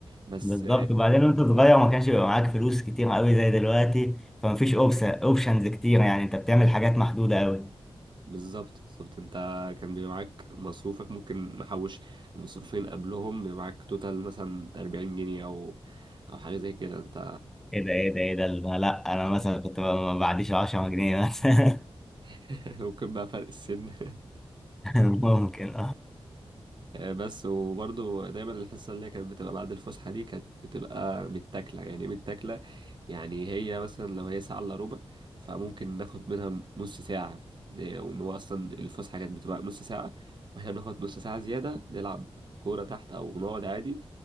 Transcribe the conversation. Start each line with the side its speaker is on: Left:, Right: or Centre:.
Right: بس
Centre: بالظبط وبعدين وانت صغير ما كانش بيبقى معاك فلوس كتير قوي زي دلوقتي فمفيش اوبشنز كتير يعني انت بتعمل حاجات محدودة قوي
Right: بالظبط بالظبط انت كان بيبقى معاك مصروفك ممكن محوش مصروفين قبلهم بيبقى معاك توتال مثلا 40 جنيه او او حاجه زي كده انت
Centre: ايه ده ايه ده ايه ده لا انا مثلا كنت ب- ما بعديش 10 جنيه مثلا
Right: <laughs> ممكن بقى فرق السن <laughs>
Centre: <laughs> ممكن
Right: آه، بس وبرضو دايما الحصه اللي هي كانت بتبقى بعد الفسحه دي كانت بتبقى متاكله يعني إيه متاكله يعني هي مثلا لو هي ساعه الا ربع فممكن ناخد منها نص ساعه آه، وان هو اصلا الفسحه كانت بتبقى نص ساعه واحنا بناخد نص ساعه زياده نلعب كوره تحت او نقعد عادي